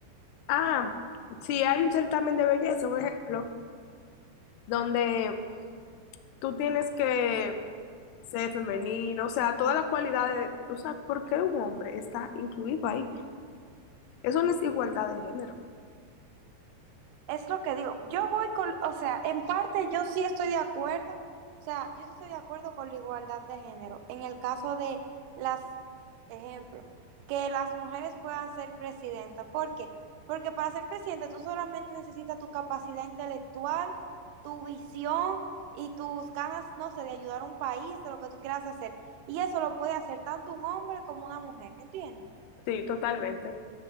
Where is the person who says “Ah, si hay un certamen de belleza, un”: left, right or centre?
Left